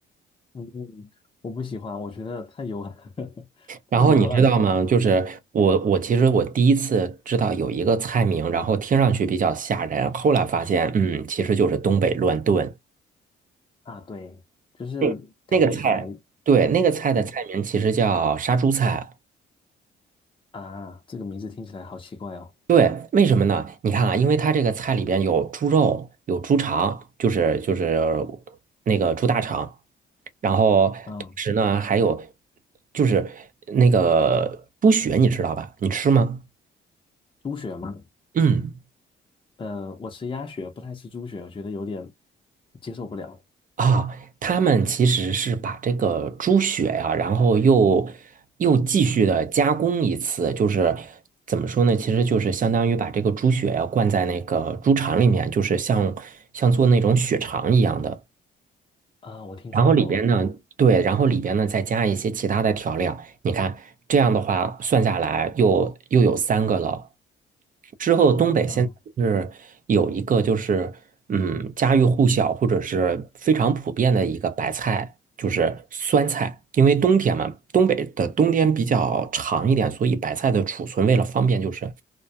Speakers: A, on the left; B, on the right.
A: 嗯，我不喜欢，我觉得太油了，<laughs>
B: 然后你啊知道吗？
A: 太油了
B: 就是我，我其实我第一次知道有一个菜名，然后听上去比较吓人，后来发现，嗯，其实就是东北乱炖。
A: 啊！对，就是感觉起来，
B: 那那个菜，对，那个菜的菜名其实叫杀猪菜。
A: 嗯啊，这个名字听起来好奇怪哦。
B: 对，为什么呢？你看啊，因为它这个菜里边有猪肉，有猪肠，就是就是那个猪大肠，然后同时呢还有
A: 嗯，
B: 就是那个猪血，你知道吧？你吃吗？
A: 猪血吗？
B: 嗯。
A: 呃，我吃鸭血，不太吃猪血，我觉得有点接受不了
B: 啊，他们其实是把这个猪血呀、然后又又继续的加工一次，就是怎么说呢？其实就是相当于把这个猪血呀、灌在那个猪肠里面，就是像像做那种血肠一样的。
A: 啊。我听说过。
B: 然后里边呢，对，然后里边呢再加一些其他的调料。你看，这样的话算下来又又有三个了。之后东北现在是有一个就是嗯家喻户晓或者是非常普遍的一个白菜，
A: 啊。
B: 就是酸菜。因为冬天嘛，东北的冬天比较长一点，所以白菜的储存为了方便就是